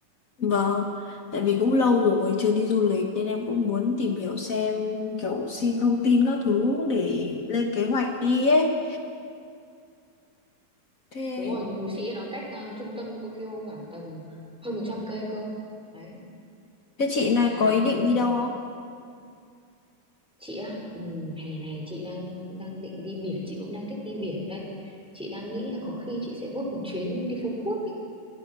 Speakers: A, on the left (about 70°); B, in the centre.
A: vâng. Tại vì cũng lâu rồi chưa đi du lịch nên em cũng muốn tìm hiểu xem kiểu xin thông tin các thứ để lên kế hoạch đi ấy. Thế
B: đúng rồi núi Phú Sĩ nó cách ờ, trung tâm Tokyo khoảng tầm hơn 100 cây cơ đấy
A: thế chị
B: nên
A: này
B: là
A: có
B: em
A: ý định
B: có thể
A: đi đâu
B: chị á ừm, hè này chị đang đang định đi biển chị cũng đang thích đi biển đây chị đang nghĩ là có khi chị sẽ book một chuyến đi Phú Quốc ấy